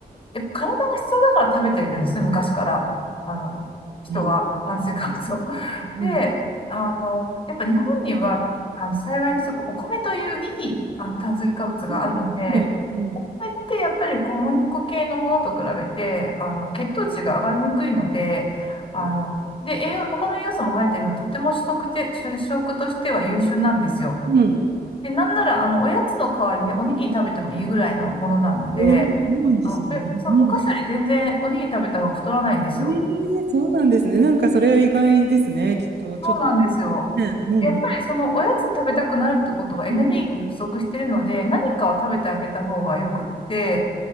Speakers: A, on the left (about 30°); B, on the right (about 80°).
A: 体が必要だから食べてるんですね、昔から。あの、人は炭水化物を。
B: うん、
A: <laughs>
B: うん、
A: で、あの、やっぱ日本には、あの、幸いにしてこうお米といういい、あの、炭水化物があるので、
B: うん、うん、う
A: お米ってやっぱり小麦粉系のものと比べて、あの、血糖値が上がりにくいので、あの、
B: ん。
A: で、栄養、他の栄養素も入っているので、とても主食て、主食としては優秀なんですよ。
B: うん
A: で、なんなら、あの、おやつの代わりにおにぎり食べてもいいぐらいのものなので、
B: ええそうなんですね。
A: あ、え、そのお菓子より全然おにぎり食べた方が太らないんですよ。
B: うん。ええそうなんですね。なんかそれは意外ですね。きっと、ちょっと。
A: そうなんですよ。
B: ね、うん、
A: やっぱりそのおやつ食べたくなるってことはエネルギーが不足してるので、
B: うん。うん
A: 何かを食べてあげた方がよくって、